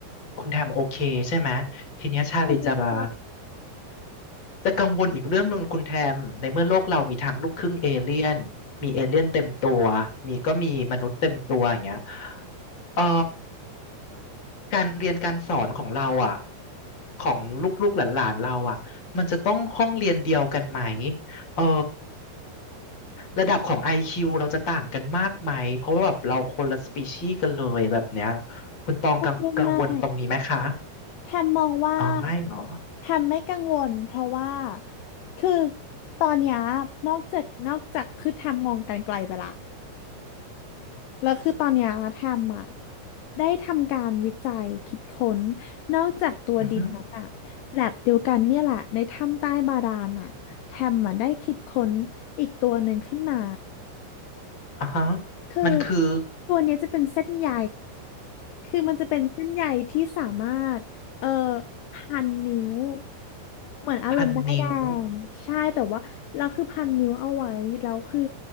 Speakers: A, on the left; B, on the left.
A: คุณแทมโอเคใช่ไหมทีเนี้ยชาลีจะมา
B: ทำโอเค
A: จะกังวลอีกเรื่องหนึ่งคุณแทมในเมื่อโลกเรามีทั้งลูกครึ่งเอเลี่ยนมีเอเลี่ยนเต็มตัวมีก็มีมนุษย์เต็มตัวอย่างเงี้ยเอ่อการเรียนการสอนของเราอ่ะของลูกๆหลานๆเราอ่ะมันจะต้องห้องเรียนเดียวกันไหมเออ ระดับของ IQ เราจะต่างกันมากไหมเพราะว่าแบบเราคนละสปีชีส์กันเลยแบบเนี้ยคุณตองกังกังวลตรงนี้ไหมคะ
B: ไม่ได้มากแทมมองว่า
A: อ๋อไม่เหรอ
B: แทมไม่กังวลเพราะว่าคือตอนเนี้ยนอกจากนอกจากคือแทมมองกันไกลไปละ แล้วคือตอนเนี้ยแทมอ่ะได้ทำการวิจัยคิดค้นนอกจากตัวดินนั้นอ่ะแลบเดียวกันเนี่ยแหละในถ้ำใต้บาดาลอ่ะแทมอ่ะได้คิดค้นอีกตัวหนึ่งขึ้นมา
A: อือฮึอ่าฮะ
B: คือ
A: มันคือ
B: ตัวเนี้ยจะเป็นเส้นใย คือมันจะเป็นเส้นใยที่สามารถเอ่อพันนิ้วเหมือนอารมณ์ด้ายแดงใช่แต่ว่าเราคือพันนิ้วเอาไว้แล้วคือ
A: พันนิ้ว